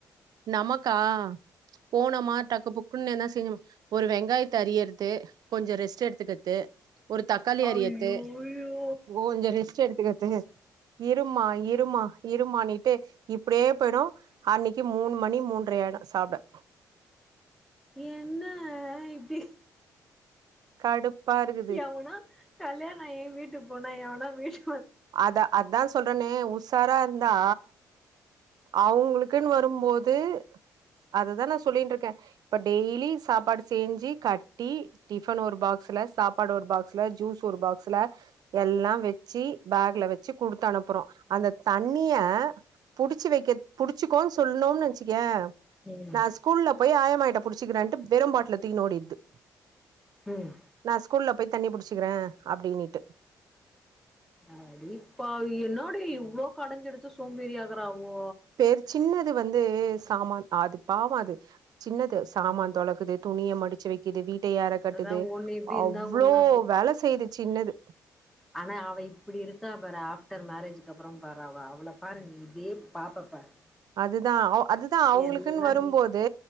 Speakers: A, on the right; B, in the centre.
A: நமக்கா போனமா டக்கு புக்குன்னு என்ன செய்யனு ஒரு வெங்காயத்த அறியறது கொஞ்ச ரெஸ் ட் எடுத்துகித்து ஒரு தக்காளி அறியர்த்து
B: ஐயோயோ
A: கொஞ்சோ ரெஸ்ட் எடுத்துக்கர்து இருமா இருமா இருமானிட்டே இப்படியே போய்டு அன்னிக்கி மூணு மணி மூன்ற ஆயிடு சாப்ட
B: என்ன இப்டி
A: கடுப்பா இருக்குது
B: எவனோ கல்யாண ஆயி வீட்டு போனா எவனோ வீட்
A: அத அதா சொல்றனே உசாரா இருந்தா அவுங்ளுக்குன்னு வரும்போது அததா நா சொல்லின்ருக்கே இப்ப டெய்லி சாப்பாடு செஞ்சு கட்டி டிஃபன் ஒரு பாக்ஸ்ல சாப்பாடு ஒரு பாக்ஸ்ல ஜூஸ் ஒரு பாக்ஸ்ல எல்லா வெச்சி பேக்ல வெச்சி குடுத்து அனுப்புறோ அந்த தண்ணிய புடிச்சு வைக்க புடிச்சுக்கோன் சொல்னுன் வச்சிகியே
B: ம்
A: நா ஸ்கூல்ல போய் ஆயம்மாட்ட புடிச்சுக்கறன்ட்டு வெறு பாட்டுல துக்கின்னு ஓடிடுது
B: ம்
A: நா ஸ்கூல்ல போய் தண்ணி புடிச்சிக்கிறே அப்டீனீட்டு
B: அடி ப்பாவி என்னாடி இவ்ளோ கடஞ் எடுத்த சோம்பேறி ஆகுறாவோ
A: எர் சின்னது வந்து சாமான் அது பாவோ அது சின்னது சாமான்
B: ம்
A: தொலக்குது துணிய மடிச்சு வெக்கிது வீட்ட ஏற கட்டுது
B: அதா ஒண்ணு இப்டி இருந்தா
A: அவ்ளோ
B: ஒண்ணு
A: வேல செய்து சின்னது
B: அனா அவ இப்டி இருக்கா பாரு ஆஃப்டர் மேரேஜ்க்கு அப்பறோ பாரு அவ அவள பாரு நீ இப்டியே பாப்ப பாரு
A: அதுதா ஓ அதுதா அவுங்களுக்குன்னு
B: எல்லா
A: வரும்போது
B: வீட்